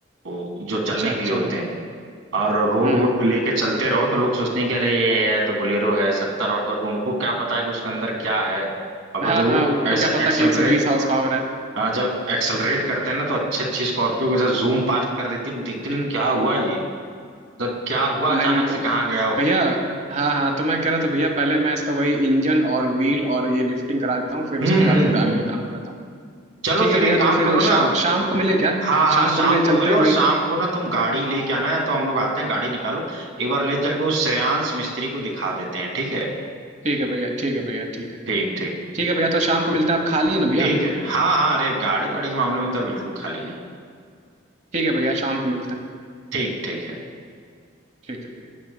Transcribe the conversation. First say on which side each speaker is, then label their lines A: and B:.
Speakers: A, on the right; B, on the right.
A: वो जो चलने
B: अच्छा अच्छा
A: के लिए होते
B: हम्म
A: हैं और रोड
B: हम्म,
A: वोड पे लेके चलते रहो तो लोग सोचते हैं कि अरे ये तो बोलेरो है सत्तर अठहत्तर को उनको क्या पता है कि उसके अंदर क्या है और फिर
B: हाँ
A: जब वो
B: हाँ उनको
A: ऐसा
B: क्या पता
A: एक्सेलरेट
B: कि 120 हाउस पावर है
A: आ, जब एक्सेलरेट करते हैं ना तो अच्छे अच्छी स्कॉर्पियो के साथ जूम पास्ट कर देती है, तो देखते
B: हम्म
A: रहे क्या हुआ ये सब क्या हुआ
B: नहीं
A: अचानक
B: नहीं तो
A: से कहाँ गया वो
B: भैया हाँ हाँ तो मैं कह रहा था भैया पहले मैं इसका वही इंजन और व्हील और ये लिफ्टिंग करा देता हूँ फिर
A: हम्म
B: उसके
A: हम्म
B: बाद फिर आगे
A: हम्म
B: काम कराता हूँ
A: चलो
B: ठीक है
A: फिर
B: भैया
A: एक काम
B: तो फिर
A: करो
B: शाम
A: ना
B: शाम को मिले क्या
A: हाँ हाँ
B: शाम
A: शाम
B: को मिले
A: को
B: चलते
A: मिलो
B: हैं
A: और
B: वहीं
A: शाम को ना तुम गाड़ी लेके आना है तो हम लोग आते हैं गाड़ी निकालो एक बार ले चल के उस श्रेयांश मिस्त्री को दिखा देते हैं ठीक है
B: ठीक है भैया ठीक है भैया ठीक है
A: ठीक ठीक है ठीक
B: ठीक है भैया तो शाम को मिलते हैं आप खाली है ना भैया
A: ठीक है हाँ हाँ अरे गाड़ी वाड़ी के मामले में तो बिल्कुल खाली है
B: ठीक है भैया शाम को मिलते हैं
A: ठीक ठीक है
B: ठीक है